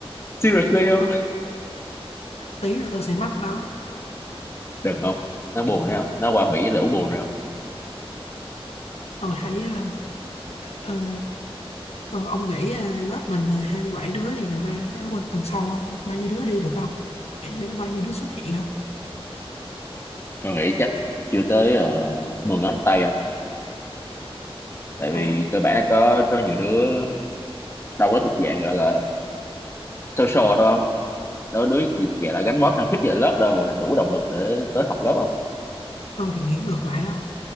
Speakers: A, on the left; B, on the left.
A: seriously không
B: ừ, tí nữa tôi sẽ mách nó
A: đừng không nó buồn đấy không nó qua Mỹ là ủ buồn rồi không
B: tôi thấy ờ, ờ, Ờ, ông nghĩ à, lớp mình à, 27 đứa thì ngày mai à, quên tuần sau à, bao nhiêu đứa đi được không? Nghĩ sẽ có bao nhiêu đứa xuất hiện không?
A: tôi nghĩ chắc chưa tới uh, 10 ngón tay không tại vì
B: Thế á,
A: cơ bản là có có nhiều đứa đâu đó thuộc dạng gọi là social đâu không đó đứa gì thuộc dạng là gánh vác khăng khít về lớp đâu mà đủ động lực để tới học lớp không
B: tôi thì nghĩ ngược lại đâu.